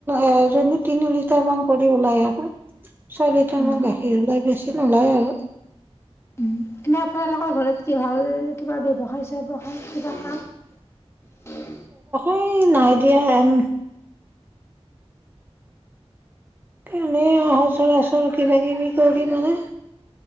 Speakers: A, on the right (about 20°); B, on the left (about 25°).
A: এজন তিনি লিটাৰ মান কৰি ওলাই আৰু ছয় লিটাৰ
B: অ
A: মান গাখীৰ ওলাই বেছি নোলায় আৰু।
B: উম এনে আপোনালোকৰ ঘৰত কিহক কিবা ব্যৱসায় ব্যৱসায় কিবা কাম?
A: এই নাই দিয়া হন এনেই <inaudible> কিবা-কিবি কৰি মানে